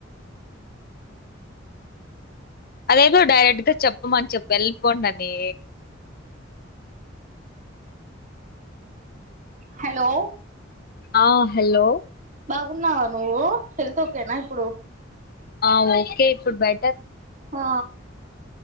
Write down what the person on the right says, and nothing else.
హలో
బాగున్నా నువ్వు టెన్త్ ఓక్ నా ఇప్పుడు
ఆ